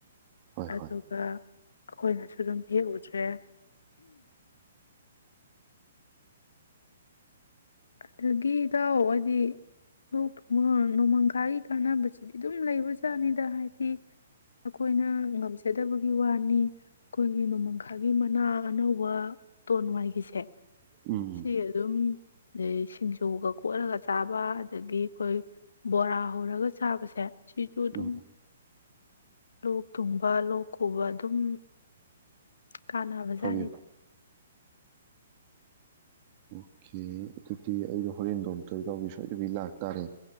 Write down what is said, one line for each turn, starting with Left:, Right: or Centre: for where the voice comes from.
Right: ꯍꯣꯏ
Left: ꯑꯗꯨꯒ
Right: ꯍꯣꯏ
Left: ꯑꯩꯈꯣꯏꯅꯁꯨ ꯑꯗꯨꯝ ꯍꯦꯛꯎꯗ꯭ꯔꯦ ꯑꯗꯒꯤ ꯏꯇꯎ ꯍꯥꯏꯗꯤ ꯂꯣꯛ ꯊ ꯅꯣꯡꯃꯪꯈꯥꯒꯤ ꯀꯥꯟꯅꯕꯁꯤꯗꯤ ꯑꯗꯨꯝ ꯂꯩꯕꯖꯥꯠꯅꯤꯗ ꯍꯥꯏꯗꯤ ꯑꯩꯈꯣꯏꯅ ꯉꯝꯖꯗꯕꯒꯤ ꯋꯥꯅꯤ ꯑꯩꯈꯣꯏꯒꯤ ꯅꯣꯡꯃꯪꯈꯥꯒꯤ ꯃꯅꯥ ꯑꯅꯧꯕ ꯃꯇꯣꯟ ꯋꯥꯏꯒꯤꯁꯦ
Right: ꯎꯝ ꯎꯝ
Left: ꯁꯤ ꯑꯗꯨꯝ ꯑꯗꯩ ꯁꯤꯡꯖꯨꯒ ꯀꯣꯠꯂꯒ ꯆꯥꯕ ꯑꯗꯒꯤ ꯑꯩꯈꯣꯏ ꯕꯣꯔꯥ ꯍꯧꯔꯒ ꯆꯥꯕꯁꯦ ꯁꯤꯁꯨ ꯑꯗꯨꯝ
Right: ꯎꯝ ꯎꯝ
Left: ꯂꯣꯛ ꯊꯨꯡꯕ ꯂꯣꯛ ꯈꯨꯕ ꯑꯗꯨꯝ ꯀꯥꯟꯅꯕ
Right: ꯐꯕꯤꯌꯨ
Left: ꯖꯥꯠꯅꯤꯗ
Right: ꯑꯣꯀꯦ ꯑꯗꯨꯗꯤ ꯑꯩꯗꯣ ꯍꯣꯔꯦꯟ ꯗꯣꯟꯇꯁꯗ ꯂꯥꯛꯇꯥꯔꯦ